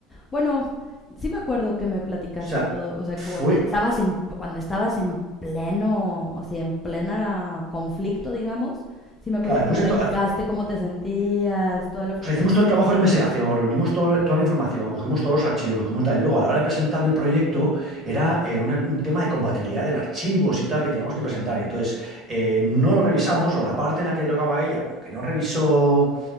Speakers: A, on the left; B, on the right.
A: Bueno, sí me acuerdo que me platicaste
B: o sea,
A: todo, o sea,
B: fue...
A: como que estabas en, cuando estabas en pleno, o sea, en plena conflicto, digamos, sí me acuerdo
B: Claro,
A: que
B: después
A: me platicaste
B: de todo...
A: cómo te sentías, toda la frustración,
B: O sea, hicimos todo el trabajo de investigación, reunimos todo- toda la información, cogimos todos los archivos, como tal. Y luego, a la hora de presentar el proyecto, era eh, una- un tema de compatibilidad del archivos y tal que teníamos que presentar. Y Entonces, eh, no lo revisamos, o la parte en la que le tocaba a ella, como que no revisó